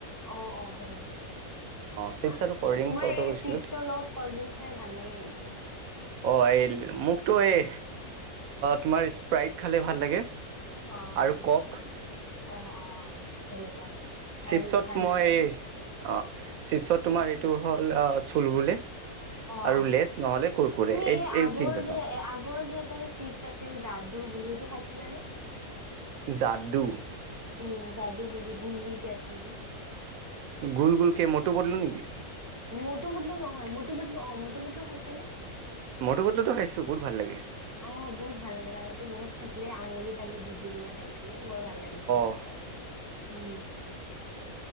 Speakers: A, on the right; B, on the right.
A: অ অ হয় নেকি
B: চিপছ
A: আচ্ছা
B: আৰু কল্ড ড্ৰিংকছ
A: তোমাৰ
B: অৰ্ডাৰ
A: এই
B: কৰিছিলোঁ
A: চিপছৰ লগত কল্ড ড্ৰিংক খাই ভাল লাগে কিন্তু
B: অ এই মোকতো এই তোমাৰ স্প্ৰাইট খালে ভাল লাগে
A: অ
B: আৰু
A: হয় নেকি
B: কক
A: অ অ সেনেকুৱা ভাল
B: চিপছত
A: ভাল
B: মই
A: লাগে
B: অঁ চিপছত তোমাৰ এইটো হ'ল চুলবলে
A: অঁ
B: আৰু
A: অঁ
B: লেছ, নহ'লে কুৰকুৰে
A: তুমি এই আগৰ
B: তিনিটা খাওঁ
A: যে এ আগৰ যে এটা যে চিপছ আছিল দাদু বুলি খাইছিলা নে?
B: যাদু
A: উম যাদু বুলি গুল গুল কে আছিল যে।
B: গোল গোল ক মটো -পটলো নেকি?
A: মটো- পটলু নহয় মটো পটলু অ মটো পটলু খাইছা নে?
B: মটু পটলুটো খাইছো বহুত ভাল লাগে
A: অ বহুত ভাল লাগে ত আগতে বহুত খাইছ আঙুলিত আমি দি দি কিনা খাইছিলো বৰ ভাল লাগিছিল সেনেকুৱা
B: অ
A: উম।